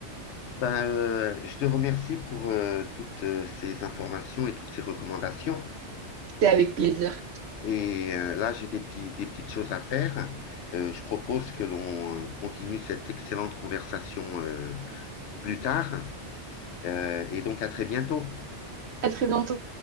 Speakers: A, on the left; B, on the right.
A: ben, euh, je te remercie pour euh, toutes euh, ces informations et toutes ces recommandations.
B: c'était avec plaisir.
A: Et euh, là, j'ai des petits, des petites choses à faire. Euh, je propose que l'on euh, continue cette excellente conversation euh, plus tard. Euh, et donc à très bientôt.
B: À très bientôt.